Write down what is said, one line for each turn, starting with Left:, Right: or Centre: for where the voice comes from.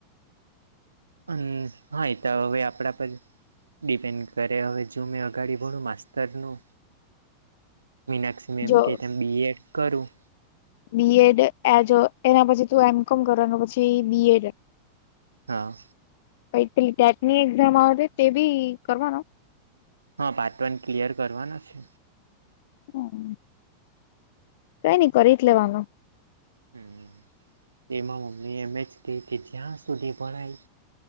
Right: હમ હા એ તો હવે આપડા પર ડિપેન્ડ કરે હવે જો મેં આગાડ ભણું માસ્તર નુ મીનાક્ષી મેમ
Left: જો
Right: કે તેમ બીએડ કરું
Left: બીએડ એજો એના પછી તું એમકોમ કરવાનું પછી બીએડ
Right: હા
Left: પછી ટેકની એક્ઝામ આવે તે ભી કરવાનો
Right: હા પાર્ટવન ક્લિયર કરવાનો છે
Left: હમ કઈ નઈ કરી જ લેવાનું
Right: હમ એમાં મમ્મી એમ જ કહી કે જ્યાં સુધી ભણાય